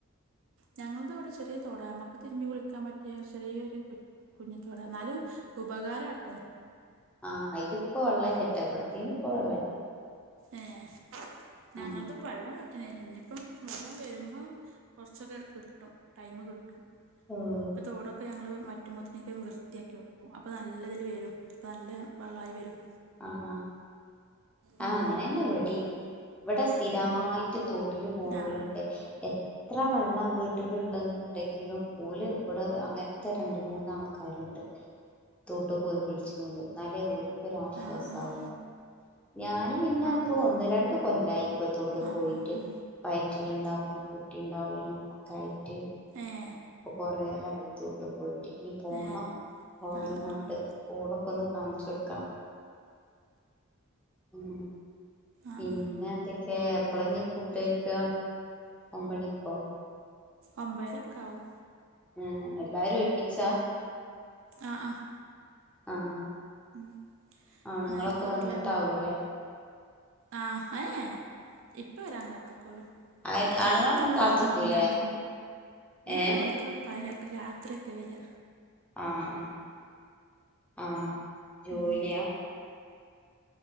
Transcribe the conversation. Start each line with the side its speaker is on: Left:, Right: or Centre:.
Right: ഞങ്ങൾത്വ്ടെ ചെറിയ തൊടാ നമ്മക്ക് തിരുമ്പി കുളിക്കാൻ പറ്റിയ ചെറിയൊരു കു കുഞ്ഞിത്തോട ന്നാലും ഉപകാരാട്ടോ
Centre: ആ അയിലിപ്പൊ വെള്ളല്ലട്ടോ ഇവിടത്തേൽപ്പോ വെള്ളല്ല
Right: ഏഹ് ഞങ്ങൾതും
Centre: ആഹ്
Right: വെള്ളംവറ്റ്ണെ ഇനിപ്പം വെള്ളം വെരുമ്പോ കൊർച്ചൊക്കെ കിട്ടും ടൈമ്കിട്ടും
Centre: ആഹ്
Right: തോടൊക്കെ ഞങ്ങള് വറ്റുമോത്തിനേക്ക്‌ വൃത്തിയാക്കി വെക്കും അപ്പൊ നല്ലതില് വെരും. അപ്പ നല്ല വെള്ളായിവെരും
Centre: ആഹ് ആഹ്
Right: ഉം
Centre: ആ അങ്ങനെന്നെ വെടിം ഇവിടെ സ്ഥിരായിട്ട്
Right: പിൻ
Centre: തോട്ടില് പോണൊരുണ്ട്
Right: ആഹ്
Centre: എ ത്ര വെള്ളം വീട്ടിലുള്ളണ്ടെ ങ്കിലും ഓല് ഇവിടെ അങ്ങൻത്തെ രണ്ട് മൂന്ന് ആൾക്കാര്ണ്ട് തോട്ടു പോയി കുളിചുനൊരു എന്നാലേ ഓൽക്കൊരു ആശ്വാസാവൂ
Right: ആഹ് ആഹ്
Centre: ഞാന് പിന്നെ
Right: ആഹ്
Centre: ഇപ്പൊ ഒന്നുരണ്ടുകൊല്ലായി ഇപ്പെ തൊട്ടു
Right: ആഹ് ആഹ്
Centre: പോയിട്ട്
Right: ആഹ് ആഹ് ആഹ്
Centre: വൈറ്റിലുണ്ടാവുന്ന മുൻപ് ട്ടിണ്ടാവലും ഒക്കെ ആയിട്ടു
Right: ഏഹ്
Centre: ഇപ്പൊ കൊറേ ആയി തോട്ട്പോയി ഇഞ്ഞിപോണം
Right: ഏ
Centre: ഓളികൊണ്ട്
Right: ആഹ് ആഹ്
Centre: ഓടൊക്കെന്ന് കാണിച്ചൊടുക്കണം. ഉം പിന്നെന്തെ
Right: ആഹ് ആഹ്
Centre: എപ്പളെഞ്ഞി ഫുഡഴിക്ക ഒമ്പണിക്കോ
Right: ഒമ്പേരകാവും
Centre: ഉം എല്ലാരുഒരുമിച്ച
Right: ആഹ് ആഹ്
Centre: ആഹ്
Right: ഉം
Centre: ആണുങ്ങളൊക്കെ
Right: ന്നായിക്കോട്ട്ലെ
Centre: വന്നിട്ടാവൂലേ
Right: ആ യേ യേ ഇപ്പവരാൻ കാത്ത്ക്കൊള്ളൂ
Centre: ആഹ്
Right: ചെൽപ
Centre: ആണുങ്ങളൊന്നും
Right: ഞങ്ങള
Centre: കാത്ത്ക്കൂലേ
Right: ഇമ്മിഞാനും തിന്നും ഏ
Centre: ഏഹ്
Right: ഏ ഓലൊക്കെ പരക് രാത്രിയൊകെവെര
Centre: ആഹ് ആഹ് ആഹ് ജോലിയാ
Right: ഉം